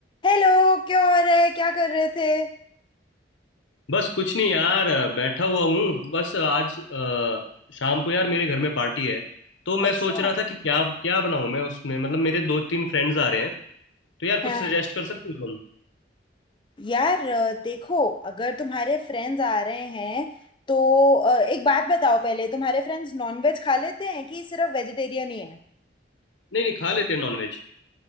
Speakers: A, on the left; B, on the left.
A: Hello क्या हो रहा है क्या कर रहे थे
B: बस कुछ नहीं यार अ, बैठा हुआ हूँ बस आज अ, शाम को यार मेरे घर में पार्टी है तो मैं
A: अच्छा
B: सोच रहा था कि क्या क्या बनाऊँ मैं उसमें मतलब मेरे दो तीन फ्रेंड्स आ रहे हैं तो यार कुछ
A: हाँ
B: सजेस्ट कर सकते हो तुम
A: यार अ, देखो अगर तुम्हारे फ्रेंड्स आ रहे हैं तो अ, एक बात बताओ पहले तुम्हारे फ्रेंड्स नॉनवेज खा लेते हैं कि सिर्फ वेजिटेरियन ही है
B: नहीं नहीं खा लेते हैं नॉनवेज